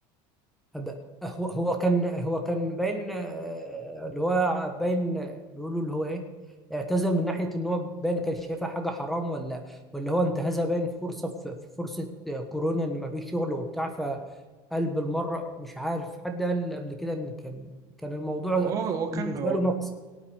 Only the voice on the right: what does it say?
هو هو كان